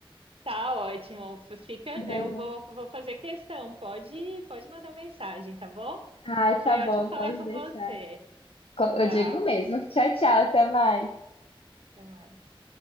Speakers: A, on the right; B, on the left.
A: Tá ótimo. F- Fica,
B: Beleza.
A: eu vou, vou fazer questão. Pode, pode mandar mensagem, tá bom?
B: Ai,
A: Foi
B: tá bom,
A: ótimo falar
B: pode
A: com
B: deixar.
A: você.
B: Co- Eu
A: Tchau.
B: digo mesmo. Tchau, tchau, até mais.
A: Até mais.